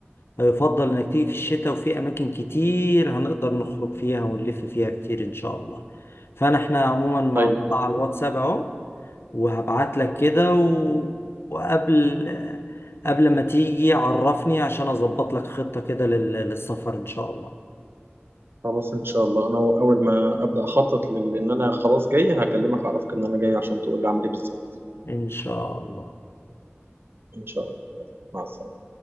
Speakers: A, on the left; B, on the right.
A: فيفضل انك تيجي في الشتاء وفي اماكن كتير هنقدر نخرج فيها ونلف فيها كتير ان شاء الله فانا احنا عموما مع
B: طيب
A: بعض على الواتساب اهو وهبعت لك كده و... وقبل قبل ما تيجي عرفني عشان اظبط لك خطة كده لل... للسفر ان شاء الله
B: خلاص ان شاء الله انا اول ما ابدا اخطط لان انا خلاص جاي هكلمك اعرفك ان انا جاي عشان تقول لي اعمل ايه بالظبط
A: إن شاء الله
B: ان شاء الله مع السلامه